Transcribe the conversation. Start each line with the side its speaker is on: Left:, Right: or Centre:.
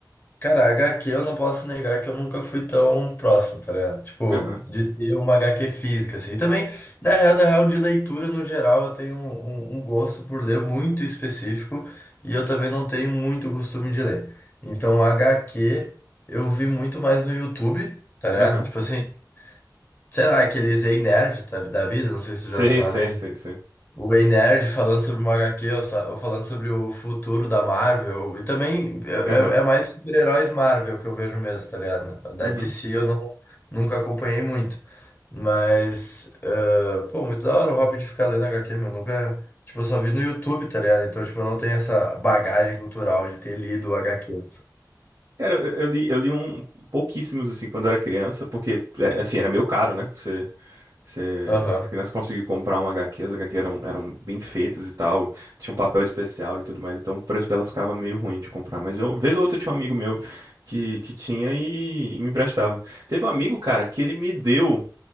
Left: Cara, HQ eu não posso negar que eu nunca fui tão próximo, tá ligado? Tipo,
Right: Aham,
Left: de ter uma HQ física, assim. E também, na real, na real, de leitura no geral, eu tenho um, um um gosto por ler muito específico e eu também não tenho muito costume de ler. Então, HQ eu vi muito mais no YouTube, tá ligado?
Right: aham.
Left: Tipo assim, sei lá, aqueles Ei Nerd tá- da vida, não sei se você
Right: Sei,
Left: já ouviu falar
Right: sei, sei, sei.
Left: o Ei Nerd falando sobre uma HQ, ou, sa- ou falando sobre o futuro da Marvel. E também é,
Right: Aham,
Left: é- é mais super-heróis Marvel que eu vejo mesmo, tá ligado? Da
Right: uhum.
Left: D C eu não, nunca acompanhei muito. Mas, eh, pô, muito da hora o hobby de ficar lendo HQ, meu. Nunca. Tipo, eu só vi no YouTube, tá ligado? Então, tipo, eu não tenho essa bagagem cultural de ter lido HQs.
Right: Cara, eu, eu li, eu li um pouquíssimos assim quando eu era criança, porque é, assim, era meio caro, né? Você, você
Left: Aham.
Right: criança conseguir comprar uma HQ, as HQ eram, eram bem feitas e tal, tinha um papel especial e tudo mais, então o preço delas ficava meio ruim de comprar. Mas eu, vez ou outra, tinha um amigo meu que, que tinha e, e me emprestava. Teve um amigo, cara, que ele me deu.